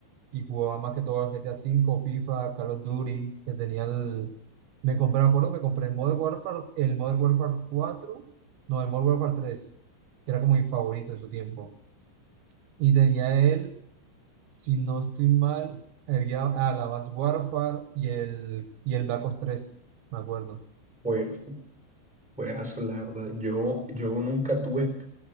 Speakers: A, on the right; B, in the centre.
A: y jugaba más que todo el GTA cinco FIFA, Call of Duty, que tenía el... Me compré, me acuerdo, me compré el Modern Warfare, el Modern Warfare cuatro no, el Modern Warfare tres que era como mi favorito en su tiempo. Y tenía él, si no estoy mal, había, ah, la Advanced Warfare y el, y el Black Ops tres me acuerdo.
B: Jue- Juegazo, la verdad. Yo, yo nunca tuve